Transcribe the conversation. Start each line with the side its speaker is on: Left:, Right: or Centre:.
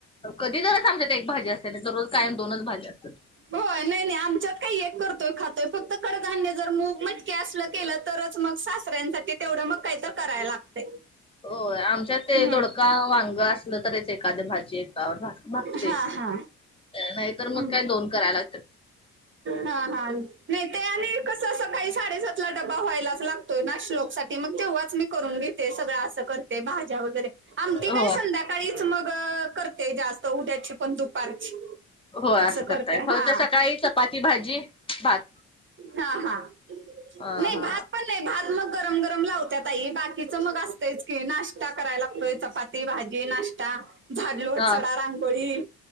Left: कधी तरराच आमच्यात एक भाजी असतीय. त्याने दररोज कायम दोनच भाज्या असतात.
Right: हो नाही नाही आमच्यात काही एक करतोय खातोय फक्त कडधान्य जर मूग मटकी असलं केलं तरच मग सासऱ्यांसाठी तेवढं मग काहीतर करायला लागतंय.
Left: हो आमच्यात ते
Right: हम्म
Left: दोडका, वांग असतं असलं तरच एखादी भाजी एकावर भागतय
Right: हा हा
Left: नाहीतर मग
Right: हम्म.
Left: काय दोन करायला लागत्यात
Right: हा हा नाही ते आणि कसं सकाळी साडेसातला डबा व्हायलाच लागतोय ना श्लोकसाठी मग तेव्हाच मी करून घेते सगळं असं करते भाज्या वगैरे आमटी
Left: होय
Right: काय संध्या सकाळीच मग करते जास्त उद्याची पण दुपारची
Left: हो असं
Right: करते
Left: करताय होय
Right: हा
Left: तर सकाळी चपाती, भाजी, भात
Right: हा हा
Left: अ
Right: नाही
Left: हा
Right: भात पण नाही भात मग गरम गरम लावत्यात आई बाकीच मग असतयच की नाश्ता करायला लागतोय चपाती, भाजी नाश्ता झाड लोट
Left: हा
Right: सडा रांगोळी